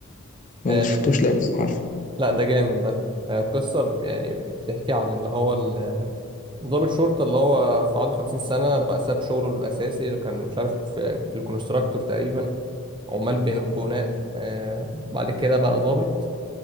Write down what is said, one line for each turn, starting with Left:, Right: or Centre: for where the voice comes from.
Left: ما
Right: آه،
Left: ما شفتوش لا بس عارفه
Right: لا ده جامد ده آه، قصة ب- يعني بتحكي عن اللي هو ال- ضابط شرطة اللي هو في عنده خمسين سنة بقى ساب شغله الأساسي اللي كان مش عارف في في الكونستراكتور تقريبا عمال بن- بناء آه، بعد كده بقى ضابط